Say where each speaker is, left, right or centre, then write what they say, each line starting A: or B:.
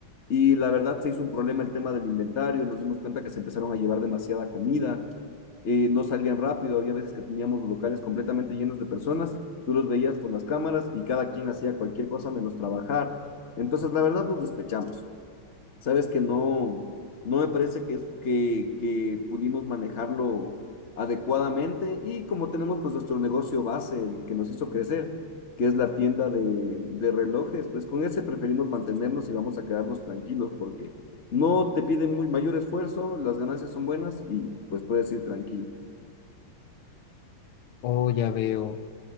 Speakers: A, on the left; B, on the left.
A: y la verdad se hizo un problema el tema del inventario, nos dimos cuenta que se empezaron a llevar demasiada comida, eh, no salían rápido, había veces que teníamos los locales completamente llenos de personas, tú los veías por las cámaras y cada quien hacía cualquier cosa menos trabajar. Entonces, la verdad nos despechamos. Sabes que no, no me parece que, es- que, que pudimos manejarlo adecuadamente y como tenemos pues nuestro negocio base, el que nos hizo crecer, que es la tienda de, de relojes, pues con ese preferimos mantenernos y vamos a quedarnos tranquilos porque no te piden muy, mayor esfuerzo, las ganancias son buenas y pues puedes ir tranquilo.
B: Oh, ya veo.